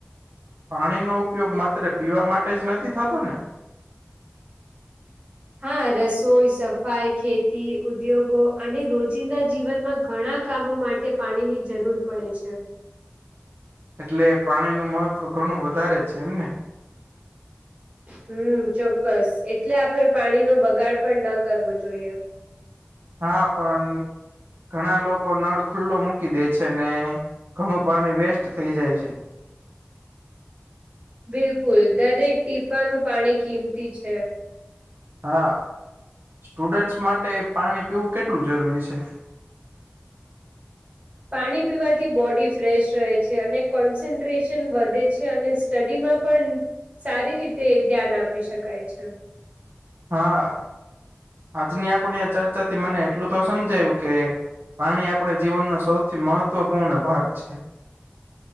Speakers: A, on the right; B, on the right.
A: પાણીનો ઉપયોગ માત્ર પીવા માટે જ નથી થતો ને. <inaudible>
B: હા રસોઈ સફાઈ ખેતી ઉદ્યોગો, અને રોજિંદા જીવનમાં ઘણા કામો માટે. તે પાણીની જરૂર પડે છે.
A: એટલે પાણીનું મહત્વ ઘણું વધારે છે એમને?
B: હમ, ચોક્કસ. એટલે આપણે પાણીનો બગાડ પણ ન કરવો જોઈએ.
A: હા હા પણ ઘણા લોકો નળ ખુલ્લો મૂકી દે છે ને ઘણું પાણી વેસ્ટ થઈ જાય છે.
B: બિલકુલ દરેક ટીપાનું પાણી કિંમતી છે.
A: હા, સ્ટુડન્ટસ માટે પાણી પીવું કેટલું જરૂરી છે?
B: પાણી પીવાથી બોડી ફ્રેશ રહે છે, અને કોન્સન્ટ્રેશન વધે છે અને સ્ટડીમાં પણ સારી રીતે ધ્યાન આપી શકાય છે.
A: હા, આજની આપણે આ ચર્ચાથી મને એટલું તો સમજાયું કે પાણી આપણા જીવનનો સૌથી મહત્વપૂર્ણ ભાગ છે.